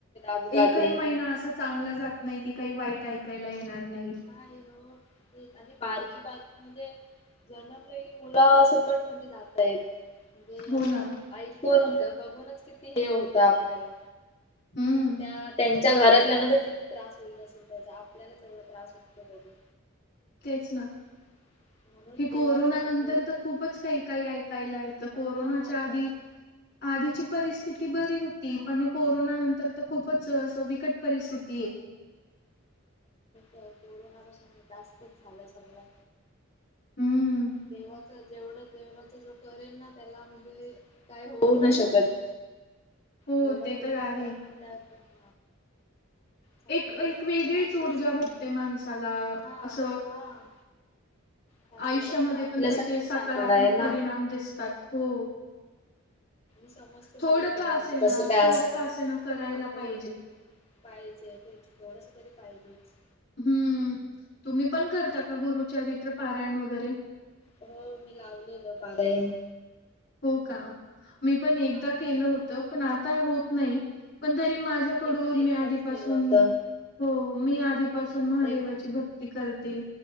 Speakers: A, on the left; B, on the left.
A: अपघाते.
B: एकही महिना असा चांगलं जात नाही की काही वाईट ऐकायला येणार नाही
A: हय हो ते आणि बारकी बारकी म्हणज जन्मलेली मुलं सकटमध्ये जातय म्हणजे
B: हो
A: असं
B: ना
A: ऐकून बघूनच किती हे होतं आपल्याला
B: हम्म
A: त्या त्यांच्या घरातल्याना तर किती त्रास होईत असेल त्या आपल्याला चवढ त्रास होतो पाजे
B: तेच ना
A: <unintelligible>
B: हे
A: देवाचं
B: कोरोना नंतर
A: थोडं
B: तर
A: बर
B: खूपच काही काही ऐकायला आहे तर कोरोनाच्या
A: हा म्हणून
B: आधी आधीची परिस्थिती बरी होती पण हे कोरोना नंतर तर खूपच अस विकट परिस्थिती आहे
A: कोरोनापासून विकास खप झालाय सगळं
B: हम्म
A: तेव्हाच जेवढं तेव्हाच जो करेन ना त्याला म्हणजे? काय होऊ नाही शकत.
B: हो,
A: थोडं
B: ते
A: तरी
B: तर
A: म्हणजे
B: आहे.
A: <unintelligible> चांगलंय
B: एक एक
A: म्हणजे
B: वेगळीच
A: आपल्यासाठी
B: ऊर्जा भेटते माणसाला.
A: हा
B: असं-
A: हा चांगलं
B: आयुष्यामध्ये
A: होत आपल्यासाठीच
B: पण त्याचे सकारात्मक
A: चांगलं आहे ना.
B: परिणाम दिसतात. हो.
A: समजत
B: थोडं
A: सगळ देवाच
B: का असेना,
A: कस काय
B: थोडं
A: असतं?
B: का असेना करायला
A: हा थोडं-
B: पाहिजे.
A: पाहिजे तेच. थोडस तरी पाहिजेच.
B: हम्म. तुम्ही पण करता का, गुरुचरित्र पारायण वगैरे?
A: हो, मी लावलेलं पारायण.
B: हो का? मी पण एकदा
A: हा नाही,
B: केलं होतं. पण आता होत नाही. पण तरी माझ्याकडून,
A: पण एकदाच
B: मी आधीपासून-
A: केलं होतं
B: हो. मी आधीपासून महादेवाची
A: एक
B: भक्ती करते.